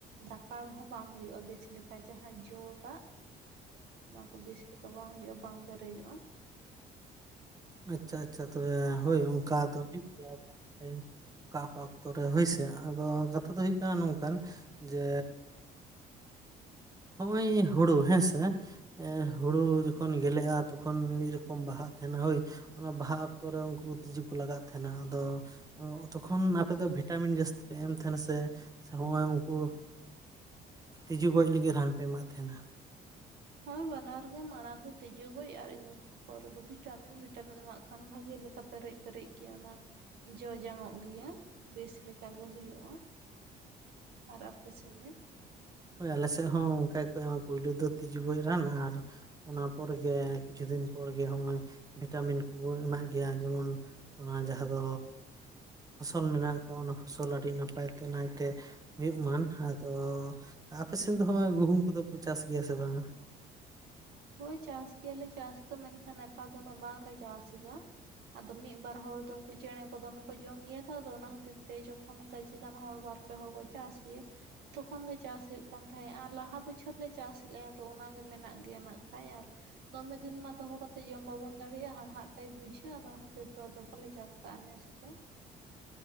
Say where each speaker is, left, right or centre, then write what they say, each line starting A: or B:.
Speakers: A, on the right; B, on the right.
A: ᱫᱟᱠᱟᱦᱚᱸ ᱵᱟᱝ ᱦᱩᱭᱩᱜ-ᱟ ᱵᱮᱥ ᱞᱮᱠᱟ ᱡᱟᱦᱟᱸ ᱡᱚᱴᱟᱜ᱾ ᱚᱱᱟ ᱠᱚ ᱵᱮᱥ ᱞᱮᱠᱟ ᱵᱟᱝ ᱦᱩᱭᱩᱜ-ᱟ ᱵᱟᱝ ᱯᱮᱨᱮᱡᱚᱜ-ᱟ᱾
B: ᱟᱪᱪᱷᱟ ᱟᱪᱪᱷᱟ, ᱛᱚᱵᱮ ᱦᱳᱭ ᱚᱱᱠᱟ ᱫᱚ ᱦᱩᱭᱩᱜ ᱜᱮᱭᱟ ᱵᱟᱨ ᱯᱮ ᱴᱟᱭᱤᱢ ᱾ ᱚᱠᱟ ᱚᱠᱟ ᱚᱠᱛᱚᱨᱮ ᱦᱳᱭᱥᱮ ᱟᱫᱚ ᱠᱟᱛᱷᱟ ᱫᱚ ᱦᱩᱭᱩᱜ ᱠᱟᱱᱟ ᱱᱚᱝᱠᱟᱱ ᱡᱮ ᱦᱚᱜ-ᱚᱭ ᱦᱳᱲᱳ ᱦᱮᱸᱥᱮ᱾ ᱮᱸ ᱦᱳᱲᱳ ᱡᱚᱠᱷᱚᱱ ᱜᱮᱞᱮᱜ-ᱟ ᱛᱚᱠᱷᱚᱱ ᱢᱤᱫ ᱨᱚᱠᱚᱢ ᱵᱟᱦᱟᱜ ᱠᱟᱱᱟ ᱦᱳᱭ᱾ ᱚᱱᱟ ᱵᱟᱦᱟ ᱚᱠᱛᱚᱨᱮ ᱩᱱᱠᱩ ᱛᱤᱡᱩ ᱠᱚ ᱞᱟᱜᱟᱜ ᱛᱟᱦᱮᱱᱟ ᱟᱫᱚ ᱛᱚᱠᱷᱚᱱ ᱟᱯᱮ ᱫᱚ ᱵᱷᱤᱴᱟᱢᱤᱱ ᱡᱟᱹᱥᱛᱤ ᱯᱮ ᱮᱢ ᱛᱟᱦᱮᱱᱟ ᱥᱮ᱾ ᱦᱚᱸᱜ-ᱚᱭ ᱩᱱᱠᱩ ᱛᱤᱡᱩ ᱜᱚᱡ ᱞᱟᱹᱜᱤᱫ ᱨᱟᱱ ᱯᱮ ᱮᱢᱢᱟᱜ ᱛᱟᱦᱮᱱᱟ᱾
A: ᱦᱳᱭ ᱵᱟᱱᱟᱨ ᱜᱮ ᱢᱟᱲᱟᱝ ᱫᱚ ᱛᱤᱡᱳ ᱜᱚᱡ ᱟᱨ ᱤᱱᱟᱹ ᱯᱚᱨᱮ ᱫᱚ ᱵᱷᱤᱴᱟᱢᱤᱱ ᱵᱷᱤᱴᱟᱢᱤᱱ ᱮᱢᱟᱜ ᱠᱷᱟᱱ ᱵᱷᱟᱜᱮ ᱞᱮᱠᱟ ᱯᱮᱨᱮᱡ ᱯᱮᱨᱮᱡ ᱜᱮ ᱚᱱᱟ ᱡᱚ ᱡᱟᱝ ᱚᱜ ᱜᱮᱭᱟ ᱵᱮᱥ ᱞᱮᱠᱟ ᱜᱮ ᱦᱩᱭᱩᱜ-ᱟ᱾ ᱟᱨ ᱟᱯᱮ ᱥᱮᱱ ᱜᱮ?
B: ᱦᱳᱭ ᱟᱞᱮ ᱥᱮᱫ ᱦᱚᱸ ᱚᱱᱠᱟ ᱜᱮᱠᱚ ᱮᱢᱟ ᱯᱩᱭᱞᱩ ᱫᱚ ᱛᱤᱡᱩ ᱜᱚᱡ ᱨᱟᱱ ᱟᱨ ᱚᱱᱟ ᱯᱚᱨᱮ ᱜᱮ ᱠᱤᱪᱷᱩ ᱫᱤᱱ ᱯᱚᱨᱮ ᱜᱮ ᱦᱚᱜ-ᱚᱭ ᱵᱷᱤᱴᱟᱢᱤᱱ ᱠᱩ ᱠᱩ ᱮᱢᱟᱜ ᱜᱮᱭᱟ ᱡᱮᱢᱚᱱ ᱚᱱᱟ ᱡᱟᱦᱟᱸ ᱫᱚ ᱯᱷᱚᱥᱚᱞ ᱢᱮᱱᱟᱜ ᱟᱠᱟᱜ ᱚᱱᱟ ᱯᱷᱚᱥᱚᱞ ᱟᱹᱰᱤ ᱱᱟᱯᱟᱭ ᱛᱮ ᱱᱟᱭᱛᱮ ᱦᱩᱭᱩᱜ ᱢᱟᱱ ᱟᱫᱚ ᱟᱯᱮ ᱥᱮᱫ ᱫᱚ ᱦᱚᱜ-ᱚᱭ ᱜᱩᱦᱩᱢ ᱠᱚᱫᱚ ᱠᱚ ᱪᱟᱥ ᱜᱮᱭᱟ ᱥᱮ ᱵᱟᱝᱟ?
A: ᱦᱳᱭ ᱪᱟᱥ ᱜᱮᱭᱟᱞᱮ ᱪᱟᱥ ᱫᱚ ᱢᱮᱱᱠᱷᱟᱱ ᱱᱮᱛᱟᱨ ᱫᱚ ᱩᱱᱟᱹᱜ ᱵᱟᱝᱞᱮ ᱪᱟᱥ ᱮᱫᱟ᱾ ᱟᱫᱚ ᱢᱤᱫ ᱵᱟᱨ ᱦᱚᱲ ᱫᱚ ᱩᱱᱠᱩ ᱪᱮᱬᱮ ᱠᱚ ᱫᱚᱢᱮ ᱠᱚ ᱡᱚᱢ ᱜᱮᱭᱟ ᱛᱚ ᱟᱫᱚ ᱚᱱᱟ ᱠᱷᱟᱛᱤᱨ ᱡᱚᱠᱷᱚᱱ ᱜᱟᱡᱮ ᱜᱟᱱ ᱦᱚᱲ ᱵᱟᱨ ᱯᱮ ᱦᱚᱲ ᱠᱚ ᱪᱟᱥ ᱜᱮᱭᱟ᱾ ᱛᱚᱠᱷᱚᱱ ᱜᱮ ᱪᱟᱥ ᱦᱩᱭᱩᱜ ᱠᱟᱱ ᱛᱟᱦᱮᱸᱫ ᱟᱨ ᱞᱟᱦᱟ ᱵᱚᱪᱷᱚᱨ ᱞᱮ ᱪᱟᱥ ᱞᱮᱜ-ᱟ ᱛᱚ ᱚᱱᱟᱜᱮ ᱢᱮᱱᱟᱜ ᱜᱮᱭᱟ ᱱᱟᱜ᱾ ᱠᱷᱟᱭᱟᱨ᱾ ᱫᱚᱢᱮ ᱫᱤᱱ ᱢᱟ ᱫᱚᱦᱚ ᱠᱟᱛᱮᱫ ᱡᱚᱢ ᱵᱟᱵᱚᱱ ᱫᱟᱲᱮᱭᱟᱜ-ᱟ, ᱦᱟᱲᱦᱟᱜ ᱴᱟᱭᱤᱯ ᱵᱩᱡᱷᱟᱹᱣᱟ ᱟᱫᱚ ᱚᱱᱟ ᱠᱷᱟᱛᱤᱨ ᱟᱫᱚ ᱵᱟᱞᱮ ᱪᱟᱥ ᱠᱟᱜ-ᱟ, ᱱᱮᱥ ᱫᱚ᱾